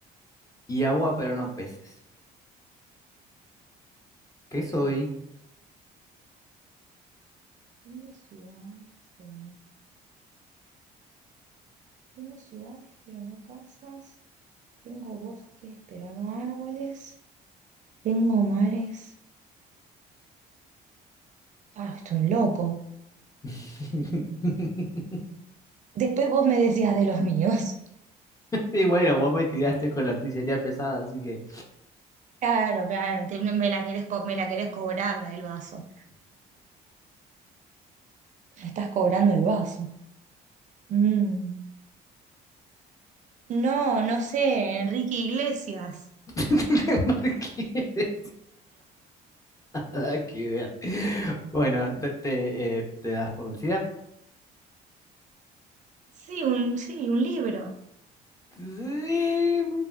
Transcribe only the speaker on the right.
Tengo ciudades, pero no. Tengo ciudades, pero no casas. Tengo bosques, pero no árboles. Tengo mares. Ah, estoy un loco.
Después vos me decías de los míos.
Claro, claro, te- me la querés, co- me la querés cobrar la del vaso. Le estás cobrando el vaso. Mm. No, no sé, Enrique Iglesias.
Sí, un, sí, un libro.